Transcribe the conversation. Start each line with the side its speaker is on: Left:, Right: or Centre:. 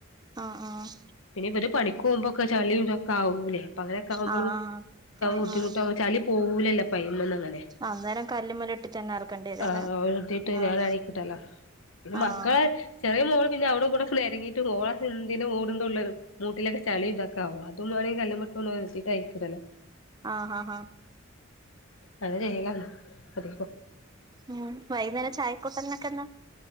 Right: ആഹ് ആഹ്
Left: പിന്നെ ഇവര് പണിക്കുപോവുമ്പോക്കെ ചളിയും ഇതൊക്കെ ആവൂലേ പ്പ അങ്ങനൊക്കെ ആകുമ്പളും
Right: ആഹ്
Left: ക്കെ
Right: ആഹ്
Left: ബുദ്ധിമുട്ടാവും
Right: ആഹ്
Left: ചളി പോകൂലല്ലോ പ്പയ്മേന്നങ്ങനെ
Right: അന്നേരം കല്ലുമ്മല് ഇട്ടിട്ട് തന്നെ അറക്കേണ്ടി വരും
Left: ആ
Right: അല്ലേ
Left: ഒഴുതീട്ട്
Right: ആഹ്
Left: ഞാന് അഴക്കിട്ടാലോ പിന്നെ
Right: ആഹ്
Left: മക്കള് ചെറിയമോള് പിന്നെ അവിടോം ഇവിടോം നെരങ്ങീട്ട് ഓള എന്തിന് ഓ ട്ടം തുള്ളലും മൂട്ടിലൊക്കെ ചളി ഇതൊക്കാവും അതും വേണങ്കി കല്ലുമ്മേഇട്ടൊന്നു ഒരസി അഴിക്കിടല്
Right: ആ ഹാ ഹാ
Left: നല്ല വെയിലാന്ന് ഒതുങ്ങിക്കോ
Right: ഉം വൈകുന്നേരം ചായക്കൂട്ടൽന്നെക്കെ എന്നാ